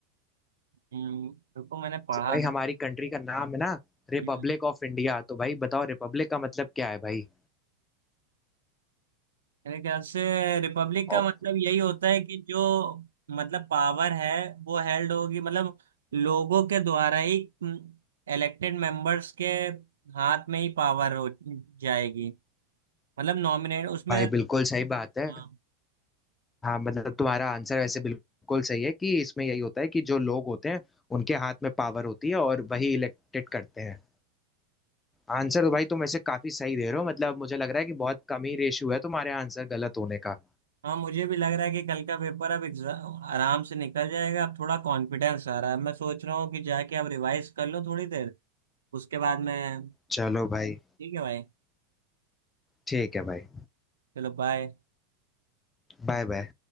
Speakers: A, on the right; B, on the left.
A: हम्म, रुको मैंने पढ़ा
B: जैसे भाई
A: था
B: हमारी कंट्री का नाम है ना रिपब्लिक
A: हम्म,
B: ऑफ इंडिया तो भाई बताओ रिपब्लिक का मतलब क्या है भाई
A: मेरे ख्याल से रिपब्लिक
B: और
A: का मतलब यही होता है कि जो मतलब पावर है वो हेल्ड होगी मतलब लोगों के द्वारा ही इलेक्टेड मेंबर्स के हाथ में ही पावर हो जाएगी मतलब नॉमिनेट उसमें
B: भाई बिल्कुल सही बात है
A: हाँ
B: हाँ मतलब तुम्हारा आंसर वैसे बिल्कुल सही है कि इसमें यही होता है कि जो लोग होते हैं उनके हाथ में पावर होती है और वही इलेक्टेड करते हैं आंसर तो भाई तुम ऐसे काफी सही दे रहे हो मतलब मुझे लग रहा है कि बहुत कम ही रेशियो है तुम्हारे आंसर गलत होने का
A: हाँ, मुझे भी लग रहा है कि कल का पेपर अब एग्जाम आराम से निकल जाएगा अब थोड़ा कॉन्फिडेंस आ रहा है मैं सोच रहा हूँ कि जाके अब रिवाइज कर लो थोड़ी देर उसके बाद मैं
B: चलो भाई
A: ठीक है भाई
B: ठीक है भाई
A: चलो बाय
B: बाय बाय